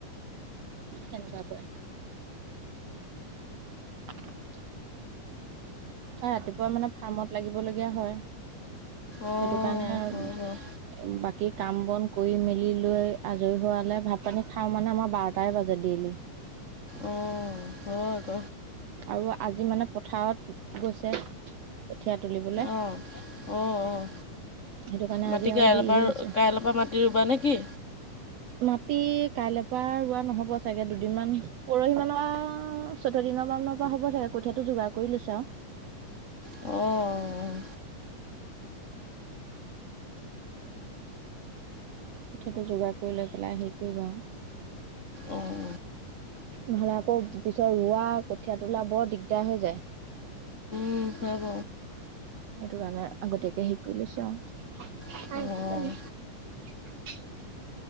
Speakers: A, on the right; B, on the left.
A: তেনেকুৱা কৰে। <inaudible> আ ৰাতিপুৱা মানে ফাৰ্মত লাগিব লগীয়া হয়
B: অ'।
A: সেইটো কাৰণে
B: হয় বাৰু
A: বাকী কাম বন কৰি মেলি লৈ আজৰি হোৱালে ভাত পানী খাওঁ মানে আমাৰ বাৰটাই বাজে ডেইলি। <inaudible>
B: অ, হয় আঁক।
A: আৰু আজি মানে পথাৰত গৈছে। কঠীয়া তুলিবলে। সেইটো
B: অ'। অ', অ',
A: কাৰণে
B: মাটি
A: আজি
B: কাইলৈৰ
A: আও দেৰি
B: পৰা
A: হৈ গৈছে।
B: কাইলৈৰ পৰা মাটি ৰুবা নেকি?
A: মাটি কাইলে পোৱা ৰোৱা নহ'ব চাগে দুদিনমান পৰহি মানৰ পা চৈধ্য দিনৰ মানৰ পৰা হ'ব চাগে কঠীয়াটো যোগাৰ কৰি লৈছে আও।
B: অ', অ',
A: কঠিয়াটো যোগাৰ কৰি লৈ পেলাই হেই কৰিব।
B: অ',
A: নহ'লে আকৌ পিছৰ ৰোৱা, কঠিয়া তোলা, বৰ দিগদাৰ হৈ যায়।
B: হুম হয় গ।
A: সেইটো কাৰণে আগতীয়াকে হে কৰি
B: অ'।
A: লৈছো আৰু <unintelligible>